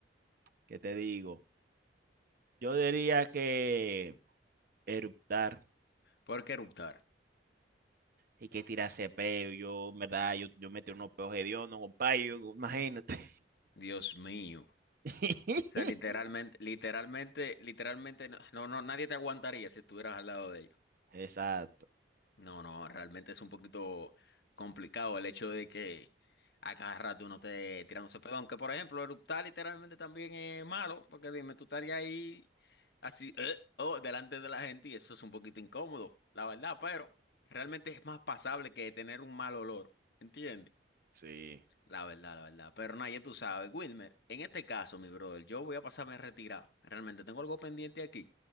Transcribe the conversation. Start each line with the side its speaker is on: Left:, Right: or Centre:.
Right: ¿qué te digo? Yo diría que... eruptar.
Left: ¿Por qué eruptar?
Right: y que tirarse peo. Yo, en verdad, yo, yo metí unos peos hediondos, compadre. yo- Imagínate.
Left: Dios mío.
Right: <laughs>
Left: O sea, literalmente, literalmente, literalmente, no, no, no, nadie te aguantaría si estuvieras al lado de ellos.
Right: Exacto.
Left: No, no, realmente es un poquito complicado el hecho de que a cada rato uno esté tirándose pedo. Aunque, por ejemplo, eruptar literalmente también es malo, porque dime, tú estarías ahí así, eh, oh, delante de la gente y eso es un poquito incómodo, la verdad, pero realmente es más pasable que tener un mal olor, ¿entiendes?
Right: Sí.
Left: La verdad, la verdad. Pero nadie tú sabes, Wilmer, en este caso, mi brother, yo voy a pasarme retirado. Realmente tengo algo pendiente aquí.